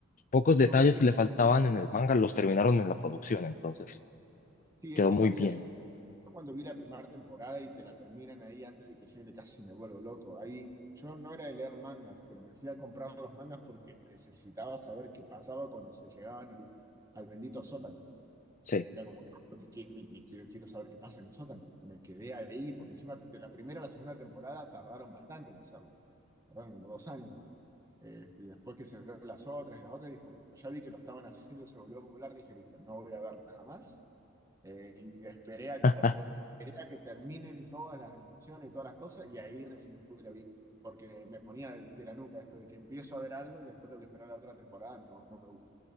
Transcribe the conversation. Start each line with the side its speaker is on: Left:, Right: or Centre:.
Left: Pocos
Right: Yo
Left: detalles
Right: creo que
Left: que le faltaban en el manga los terminaron en la producción, entonces
Right: sí,
Left: quedó
Right: eso
Left: muy
Right: sabía.
Left: bien.
Right: Yo cuando vi la primera temporada y te la terminan ahí antes de que llegue, casi me vuelvo loco. Ahí yo no era de leer mangas, pero me fui a comprar los mangas porque necesitaba saber qué pasaba cuando se llegaban al, al bendito sótano.
Left: Sí,
Right: Era como que, que- que- ni- ni quiero, quiero saber qué pasa en el sótano. Me quedé ahí porque encima de la primera a la segunda temporada tardaron bastante en hacerlo. Tardaron como dos años. Este, después que se vieron las otras y las otras, dije, bueno, cuando ya vi que lo estaban haciendo, se volvió popular, dije, listo, no voy a ver nada más. Eh, y esperé a, que
Left: <laughs>
Right: ter- esperé a que terminen todas las animaciones y todas las cosas, y ahí recién fui y lo vi. Porque me ponía de, de la nuca esto de que empiezo a ver algo y después tengo que esperar la otra temporada, no, no me gusta.